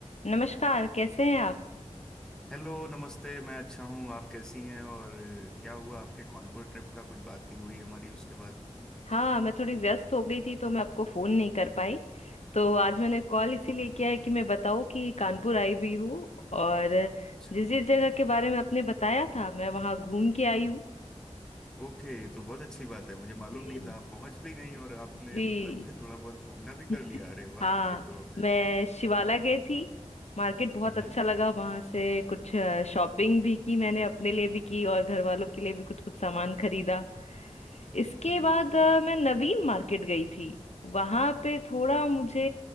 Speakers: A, on the left; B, in the centre.
A: नमस्कार कैसे हैं आप
B: Hello नमस्ते मैं अच्छा हूँ आप कैसी हैं और अ, क्या हुआ आपके कानपुर ट्रिप का कुछ बात नहीं हुई हमारी उसके बाद
A: हाँ मैं थोड़ी व्यस्त हो गई थी तो मैं आपको फोन नहीं कर पाई तो आज मैंने कॉल इसीलिए किया है कि मैं बताऊं कि कानपुर आई हुई हूँ और
B: अच्छा
A: जिस जिस जगह के बारे में आपने बताया था मैं वहाँ घूम के आई हूँ
B: ओके तो बहुत अच्छी बात है मुझे मालूम
A: जी
B: नहीं था आप पहुंच भी गई और आपने
A: जी
B: मतलब <laughs> थोड़ा बहुत घूमना भी कर
A: <laughs>
B: लिया अरे वाह
A: हाँ
B: ये तो
A: मैं शिवाला गई थी मार्केट बहुत
B: हम्म
A: अच्छा
B: हम्म
A: लगा वहाँ से कुछ शॉपिंग भी की मैंने अपने लिए भी की और घर वालों के लिए भी कुछ कुछ सामान खरीदा इसके
B: जी
A: बाद
B: जी
A: अ,
B: हम्म
A: मैं नवीन मार्केट गई थी वहां पे थोड़ा मुझे